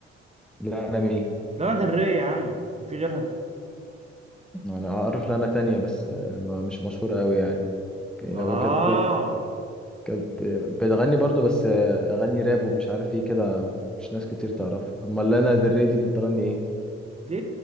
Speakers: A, in the centre; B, on the right (about 20°).
A: لا انا مين
B: لانا دري يا عم إيه في غيرها
A: انا اعرف لها انا تانية بس آه، ما- مش مشهورة قوي يعني هي
B: اه
A: كانت كانت بتغني برضو بس آه، اغاني راب ومش عارف ايه كده مش ناس كتير تعرفها امال لانا دل ري دي بتغني ايه
B: دي